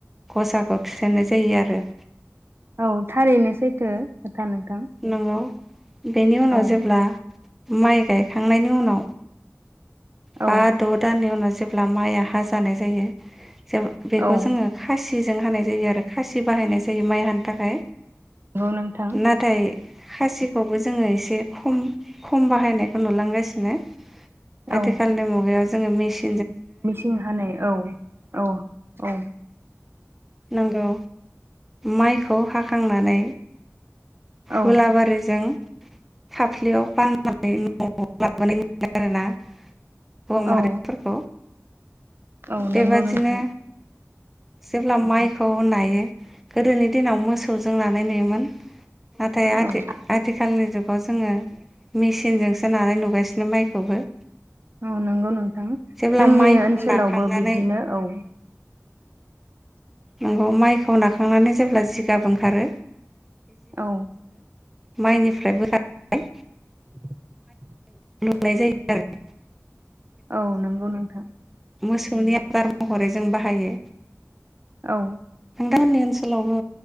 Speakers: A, in the centre; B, on the right (about 45°).
A: ग'साखौ थुसेन्नाय जायो आरो।
B: औ थारैनो सैथो नोंथां
A: नंगौ। बेनि उनाव
B: औ
A: जेब्ला माइ गायखांनायनि उनाव
B: औ
A: बा द' दाननि उनाव जेब्ला माइआ हा जानाय जायो जों बेखौ
B: औ
A: जोङो खासि खासिजों हानाय जायो आरो खासि बाहायनाय जायो माइ हानो थाखाय।
B: नंगौ नोंथां
A: नाथाय खासिखौबो जोङो एसे खम खम बाहायनायखौ नुलांगासिनो। आथिखालनि
B: औ
A: मुगायाव। जोङो मेसि
B: मिसिं हानाय औ औ औ
A: नोंगौ माइखौ खौ हाखांनानै हुलाबारिजों
B: औ
A: फाफ्लियाव बा ननानै न'आव लाबोनाय नुयो आरोना। हौवा
B: औ
A: माहारिफोरखौ
B: औ
A: बेबादिनो
B: नंगौ नोंथां
A: जेब्ला माइखौ नायो गोदोनि दिनाव मोसौजों नानाय नुयोमोन नाथाय आथि-
B: औ
A: आथिखालनि जुग बेखौ जोङो मेसिनजोंसो नानाय नुगासिनो माइखौबो।
B: औ नंगौ नोंथां
A: जेब्ला
B: जोंनि
A: माइखौ
B: ओनसोलावबो
A: नाखांनानै
B: बिब्दिनो औ
A: नंगौ माइखौ नाखांनानै जेब्ला जिगाब ओंखारो
B: औ
A: माइनिफ्रायबो <unintelligible>
B: <inaudible>
A: नुनाय जायो आरो।
B: औ नंगौ नोंथां
A: मोसौनि आदार महरै जों बाहायो।
B: औ
A: नोंथांमोननि ओनसोलावबो